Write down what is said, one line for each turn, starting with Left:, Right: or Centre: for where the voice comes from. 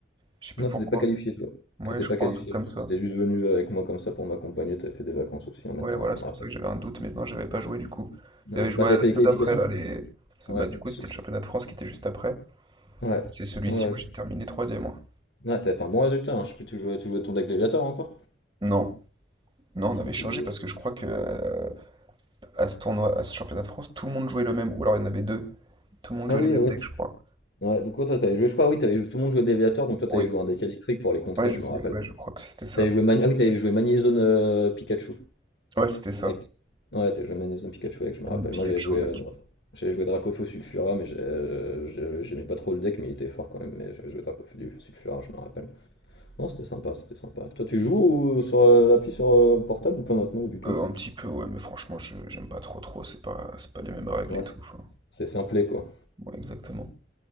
Right: je sais plus
Left: Non,
Right: pourquoi.
Left: t'étais pas qualifié, toi.
Right: Ouais,
Left: T'étais
Right: je
Left: pas
Right: crois
Left: qualifié.
Right: un truc comme ça.
Left: T'étais juste venu avec moi comme ça pour m'accompagner, t'avais fait des vacances aussi en même
Right: Ouais,
Left: temps,
Right: voilà,
Left: je
Right: c'est
Left: me rappelle.
Right: pour ça que j'avais un doute, mais non, j'avais pas joué du coup.
Left: Non,
Right: J'avais joué
Left: bah t'avais
Right: à
Left: fait
Right: ceux
Left: des qualifications.
Right: d'après là, les... c'est-
Left: Ouais,
Right: Bah du coup
Left: c'est-
Right: c'était le championnat de France qui était juste après,
Left: ouais,
Right: et c'est celui-ci
Left: ouais, ouais,
Right: où j'ai terminé troisième. moi.
Left: Ouais, t'avais fait un bon résultat, hein. Je sais plus, tu jouais, tu jouais ton deck Léviator encore?
Right: Non, non,
Left: Je
Right: on
Left: sais
Right: avait
Left: plus,
Right: changé
Left: tu jouais.
Right: parce que je crois que euh, à ce tournoi, à ce championnat de France, tout le monde jouait le même, ou alors il y en avait deux, tout le monde
Left: Ah
Right: jouait
Left: oui,
Right: les mêmes
Left: ouais,
Right: decks, je crois.
Left: Ouais, donc ouais, toi, t'avais joué, je crois, oui, t'avais joué- tout le monde jouait Déviateur, donc toi, t'avais
Right: Oui.
Left: joué un deck électrique pour les contrer,
Right: Ouais, je
Left: je
Right: sais,
Left: me rappelle.
Right: ouais, je crois que c'était ça.
Left: T'avais joué Mani... Ah oui, t'avais joué Magnézone euh, Pikachu.
Right: Ouais, c'était ça.
Left: avec- Ouais, t'avais joué Magnézone Pikachu avec, je
Right: Banane
Left: me rappelle.
Right: Pikachu,
Left: Moi, j'avais joué,
Right: avec
Left: euh, Dra- j'avais joué Dracofeu Sulfura, mais j'ai- euh, j'ai- j'aimais pas trop le deck, mais il était fort quand même. Mais j'avais joué Dracofeu du- Sulfura, je me rappelle. Non, c'était sympa, c'était sympa. Toi, tu joues ou- sur euh, l'appli sur euh, portable ou pas maintenant, ou du tout?
Right: Heu, un petit peu, ouais, mais franchement, je j'aime pas trop, trop, c'est pas c'est pas les mêmes règles
Left: Ouais,
Right: et tout,
Left: c'est
Right: enfin,
Left: c'est simplé, quoi.
Right: ouais, exactement.